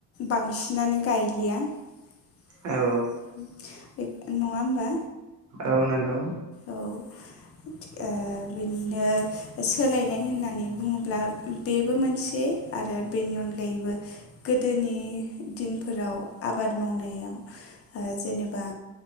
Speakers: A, on the left; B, on the right.
A: बांसिनानो गायलिया <inaudible>
B: औ
A: <unintelligible> नंङा होमबा?
B: औ नोंगौ
A: औ ओ बिनिनो सोलायनाय होननानै बुंङोब्ला बेबो मोनसे आरो बेनि अनगायैबो गोदोनि दिनफोराव आबाद मावनायाव ओ जेनेबा